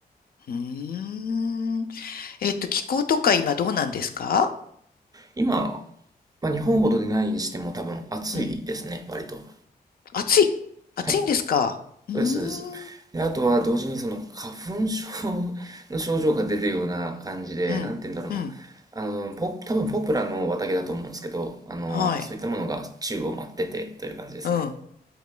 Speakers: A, on the left; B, on the right.
A: うーん。えっと、気候とか今どうなんですか
B: 今、まあ、日本ほどでないにしても多分暑いですね、
A: うん。
B: 割と。
A: 暑い。暑いんですかうーん。
B: はい。そうです、そうです。で、あとは同時にその花粉症の症状が出るような感じで、
A: うん。
B: なんて言うんだろうな。
A: うん。
B: あの、ポ、多分ポプラの綿毛だと思うんですけど、あの、
A: はい。
B: そういったものが宙を舞っててという感じですね。
A: うん。